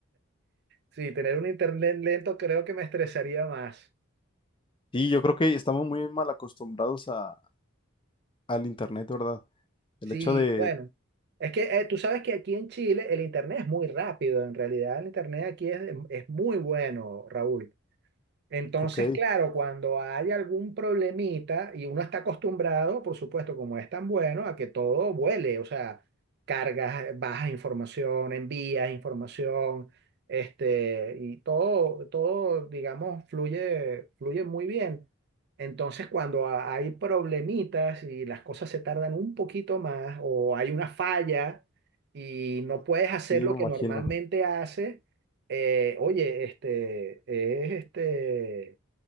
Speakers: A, on the right; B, on the left.
A: Sí, tener un internet lento creo que me estresaría más.
B: Sí, yo creo que estamos muy mal acostumbrados a, al internet, ¿verdad? El
A: Sí,
B: hecho de,
A: bueno. Es que eh, tú sabes que aquí en Chile el internet es muy rápido. En realidad el internet aquí es, es muy bueno, Raúl. Entonces,
B: ok, sí,
A: claro, cuando hay algún problemita y uno está acostumbrado, por supuesto, como es tan bueno, a que todo vuele, o sea, cargas, eh, bajas información, envías información, este, y todo, todo, digamos, fluye, fluye muy bien. Entonces, cuando ha- hay problemitas y las cosas se tardan un poquito más o hay una falla y no puedes hacer
B: me
A: lo
B: imagino,
A: que normalmente haces, eh, oye, este, es, este,